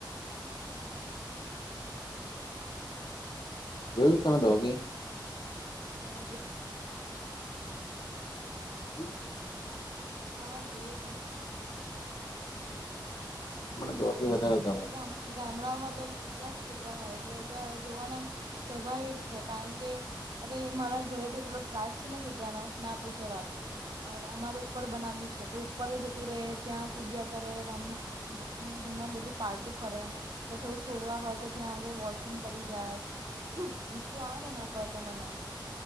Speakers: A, on the right; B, on the left.
A: બસ
B: જોયું છું તમે ડોગે.
A: હાજે.
B: હમ.
A: હા જોયું છે.
B: મને ડોગી
A: ના
B: વધારે ગમે
A: હવે ગામડાઓમાં તો કૂતરા જ કૂતરા હોય એટલે એ તો હવે જોવાના. સ્વાભાવિક છે કારણ કે. અરે મારા ઘરે તો એટલો ત્રાસ છે ને કૂતરાનો ના પૂછે વાત. અમારે ઉપર બનાવ્યું છે તો ઉપર જતું રહે ત્યાં કુડિયા કરેમ ધમધમ બધું પાર્ટું ફરે પછી આવું છોડવા હોય તો ત્યાં આગળ વોશરૂમ કરી જાય. એટલું ગુસ્સો આવે ને એના પર તો મને.